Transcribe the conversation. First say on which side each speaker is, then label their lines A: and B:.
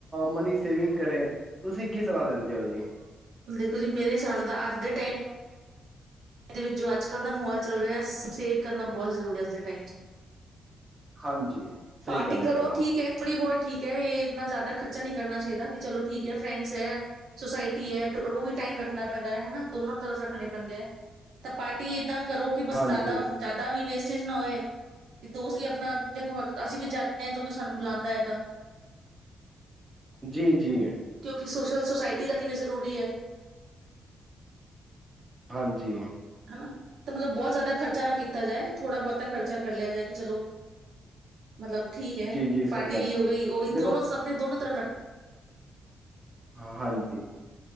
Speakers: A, on the right; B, on the right.
A: ਮਨੀ ਸੇਵਿੰਗ ਕਰੇ ਤੁਸੀਂ ਕੀ ਸਲਾਹ ਦਿੰਦੇ ਹੋ? ਜੀ।
B: ਦੇਖੋ ਜੀ, ਮੇਰੇ ਸਾਬ ਨਾਂ ਤਾਂ ਅੱਜ ਦੇ ਟਾਈਮ ਇਹਦੇ ਵਿੱਚੋ, ਅੱਜ ਨਲ ਦਾ ਮਾਹੌਲ ਚੱਲ ਰਿਹਾ, ਸੇਫ ਕਰਨਾ ਬਹੁਤ ਜ਼ਰੂਰੀ ਐ, ਅਜ ਦੇ ਟਾਈਮ ਚ।
A: ਹਾਂਜੀ ਸਹੀ
B: ਪਾਰਟੀ
A: ਕਹਿੰਦੇ
B: ਕਰੋ
A: ਪਏ ਹੋ
B: ਠੀਕ ਹੈ, ਥੋੜ੍ਹੀ-ਬਹੁਤ ਠੀਕ ਐ। ਇਹ ਇਨਾ ਜ਼ਿਆਦਾ ਖਰਚਾ ਨੀ ਕਰਨਾ ਚਾਹੀਦਾ ਕਿ, ਚਲੋ ਠੀਕ ਐ, ਫਰੈਂਡਸ ਐ, ਸੋਸਾਇਟੀ ਐ, ਉਹ ਵੀ ਟਾਈਮ ਰੱਖਣਾ ਪੈਂਦਾ ਹੈ ਹਨਾ ਦੋਨੋ ਤਰਫ ਰੱਖਣੇ ਪੈਂਦੇ ਐ। ਤ ਪਾਰਟੀ ਏਦਾਂ ਕਰੋ ਕਿ ਬਸ
A: ਹਾਂਜੀ
B: ਜ਼ਿਆਦਾ ਜ਼ਿਆਦਾ ਵੀ ਵੇਸਟ ਚੀਜ਼ ਨਾ ਹੋਏ ਕਿ ਦੋਸਤ ਵੀ ਆਪਣਾ ਦੇਖੋ ਅਸੀਂ ਵੀ ਜਾਂਦੇ ਹਾਂ ਜੋ ਕਿ ਸਾਨੂੰ ਬੁਲਾਉਂਦਾ ਹੈ ਤਾਂ
A: ਜੀ ਜੀ
B: ਕਿ ਸੋਸ਼ਲ ਸੁੋਸਾਇਟੀ ਦਾ ਵੀ ਜ਼ਰੂਰੀ ਹੈ
A: ਹਾਂਜੀ
B: ਹਨਾ ਤਾਂ ਮਤਲਬ ਬਹੁਤ ਜ਼ਿਆਦਾ ਖ਼ਰਚਾ ਨਾ ਕੀਤਾ ਜਾਏ ਥੋੜਾ ਬਹੁਤਾ ਖਰਚਾ ਕਰ ਲਿਆ ਜਾਏ ਕਿ ਚਲੋ ਮਤਲਬ ਠੀਕ ਹੈ
A: ਜੀ ਜੀ ਸਹੀ
B: ਪਾਰਟੀ
A: ਕਹਿੰਦੇ
B: ਵੀ ਹੋ
A: ਪਏ
B: ਗਈ ਉਹ
A: ਦੇਖੋ
B: ਦੋਨੋ ਆਪਣੇ ਦੋਨੋ ਤਰਫ ਰੱਖ
A: ਹਾਂ ਹਾਂਜੀ